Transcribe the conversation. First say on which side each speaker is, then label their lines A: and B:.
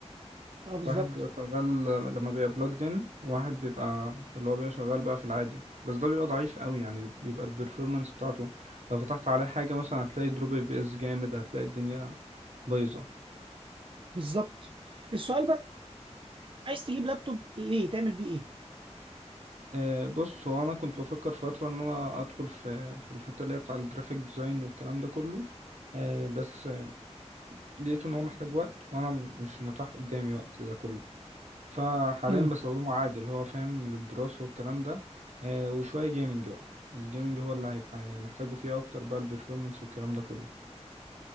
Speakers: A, on the right; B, on the right.
A: اه بالظبط
B: واحد بيبقى شغال لما بيبقى بلوجد ان واحد بيبقى اللي هو بيبقى شغال بقى في العادي بس ده بيبقى ضعيف قوي يعني بيبقى البرفورمانس بتاعته لو فتحت عليه حاجة مثلا هتلاقي دروب اف بي اس جامد هتلاقي الدنيا بايظة
A: بالظبط السؤال بقى عايز تجيب لابتوب ليه تعمل بيه ايه
B: آه، بص هو انا كنت بفكر فتره ان انا ادخل في في الحته اللي هي بتاع الجرافيك ديزاين والكلام ده كله آه، بس آه، لقيت ان هو محتاج وقت وانا م- مش متاح قدامي وقت ده كله فحاليا
A: امم
B: بستخدمه عادي اللي هو فاهم للدراسه والكلام ده آه، وشويه جيمنج بقى الجيمنج هو اللي هيبقى يعني محتاجه فيه اكتر بقى البرفورمانس والكلام ده كله